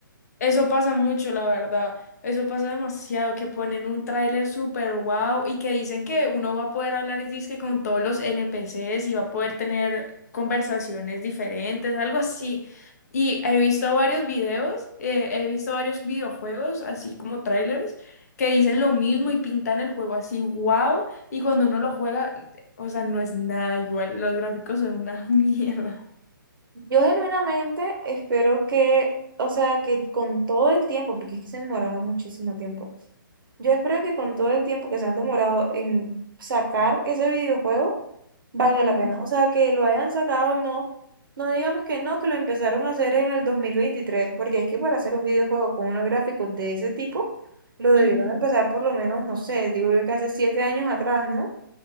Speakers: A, on the left; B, on the right.
A: Eso pasa mucho, la verdad. Eso pasa demasiado, que ponen un tráiler súper wow y que dicen que uno va a poder hablar y dizque con todos los NPCs y va a poder tener conversaciones diferentes, algo así. Y he visto varios videos, eh, he visto varios videojuegos, así como trailers, que dicen lo mismo y pintan el juego así wow y cuando uno lo juega, o sea, no es nada igual. Los gráficos son una <laughs> mierda.
B: Yo genuinamente espero que, o sea, que con todo el tiempo, porque es que se demoraron muchísimo tiempo, yo espero que con todo el tiempo que se han demorado en sacar ese videojuego, valga la
A: Ujú,
B: pena. O sea, que lo hayan sacado, no, no digamos que no, que lo empezaron a hacer en el 2023, porque es que para hacer un videojuego con unos gráficos de ese tipo, lo debieron
A: ujú.
B: empezar por lo menos, no sé, digo yo que hace siete años atrás, ¿no?